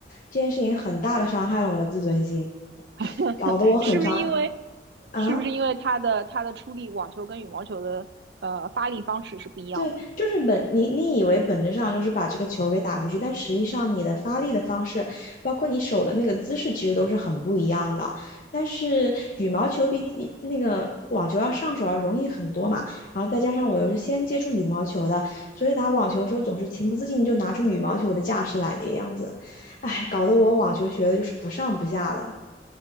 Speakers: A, on the left (about 50°); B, on the right (about 70°).
A: 这件事情很大的伤害了我的自尊心，
B: <laughs>
A: 搞得我很伤
B: 是不是因为
A: 啊。
B: 是不是因为它的它的出力，网球跟羽毛球的呃发力方式是不一样的？
A: 对，就是本你你以为本质上就是把这个球给打回去，但实际上你的发力的方式，包括你手的那个姿势，其实都是很不一样的。但是羽毛球比起那个网球要上手要容易很多嘛，然后再加上我又是先接触羽毛球的，所以打网球的时候总是情不自禁就拿出羽毛球的架势来这个样子，哎，搞得我网球学的就是不上不下的。